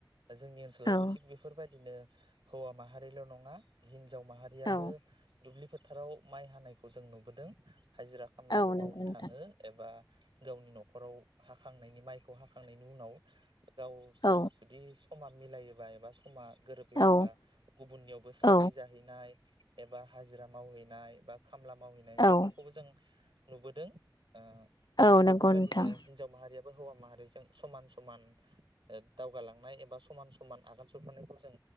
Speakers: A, on the right; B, on the left.
A: जोंनि ओनसोलावबो
B: औ
A: थिग बेफोरबायदिनो हौवा माहारिल नङा हिजाव हिनजाव माहारियाबो
B: औ
A: दुब्लिफोर फोथाराव माइ हानायखौ जों नुबोदों। हाजिरा खामलाबो
B: औ नंगौ
A: मावनो
B: नोंथां
A: थाङो एबा गावनि नखराव हाखांनायनि माइखौ हाखांनायनि उनाव गावसोर
B: औ
A: जुदि समा मिलायोबा एबा सम समा गोरोबलायोबा
B: औ
A: गुबुननियावबो सावरि
B: औ
A: जाहैनाय एबा हाजिरा मावहैनाय बा खामला मावहैनाय
B: औ
A: बेफोरखौबो जों नुबोदों। ओ
B: औ
A: थिग बेफोर
B: नंगौ
A: बादिनो
B: नोंथां
A: हिनजाव माहारिया हौवा माहारिजों समान समान दावगालांनाय ओ एबा समान समान आगान जोबनायखौ जों